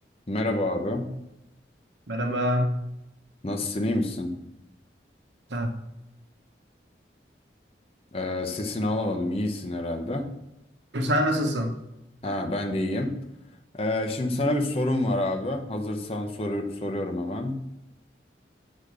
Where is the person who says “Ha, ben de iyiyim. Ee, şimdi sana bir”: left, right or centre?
Left